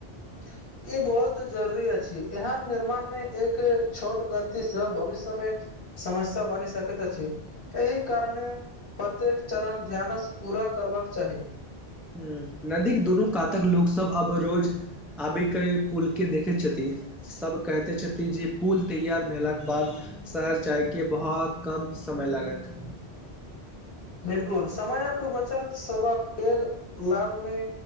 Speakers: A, on the left; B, in the centre.
A: <inaudible> ई बहुत जरूरी अछि एहन निर्माण मे एक छोट गलती से भविष्य मे समस्या बनि सकैत अछि एहि कारणे प्रत्येक चरण ध्यानस पूरा करबाक चाही
B: हूं नदीे दुनू कातक लोको सब अब रोज आबी के पुल के देखै छथि सब कहते छथिन जे पुल तैयार भेलाक बाद शहर जाइके बहुत कम समय लागत।
A: बिल्कुल समयक बचत सभक पैघ लाभ मे